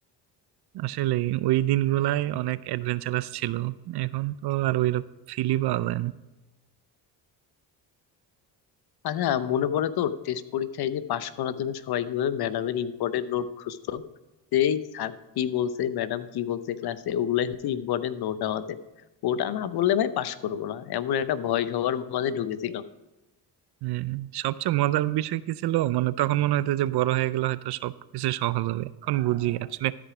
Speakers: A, on the right; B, on the left.
A: আসলে ওই দিনগুলাই অনেক অ্যাডভেঞ্চারাস ছিল এখন তো আর ওই ফিলই পাওয়া যায় না
B: আচ্ছা মনে পড়ে তো টেস্ট পরীক্ষায় যে পাশ করার জন্য সবাই কিভাবে ম্যাডামের ইম্পর্টেন্ট নোট খুঁজতো যে এই স্যার কি বলছে ম্যাডাম কি বলছে ক্লাসে ওগুলাই হচ্ছে ইম্পর্টেন্ট নোট আমাদের ওটা না পড়লে ভাই পাশ করবো না এমন একটা ভয় সবার মাঝে ঢুকেছিল
A: হ্যাঁ, সবচেয়ে মজার বিষয় কি ছিল মানে তখন মনে হতো যে বড় হয়ে গেলে হয়তো সবকিছু সহজ হবে এখন বুঝি আসলে